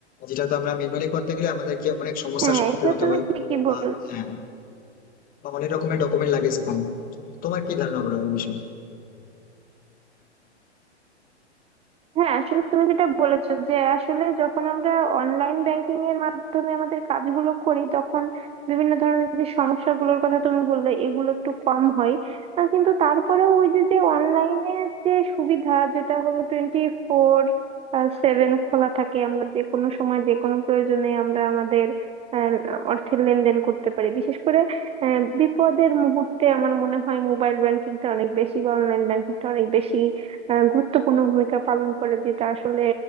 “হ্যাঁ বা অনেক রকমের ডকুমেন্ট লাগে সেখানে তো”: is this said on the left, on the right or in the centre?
Left